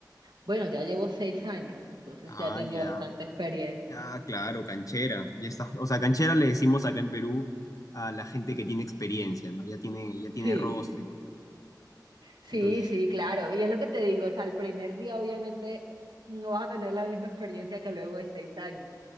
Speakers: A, on the right; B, on the left.
A: Bueno, ya llevo seis años, entonces
B: Ah,
A: ya tengo
B: ya,
A: bastante experiencia.
B: ya, claro, canchera. Ya está, o sea, canchera le decimos acá en Perú a la gente que tiene experiencia, ¿no? Ya tiene, ya tiene
A: Sí,
B: roce.
A: sí. Sí,
B: Entonces,
A: sí,
B: es,
A: claro. Y es lo que te digo, o sea, el primer día obviamente no vas a tener la misma experiencia que luego de seis años.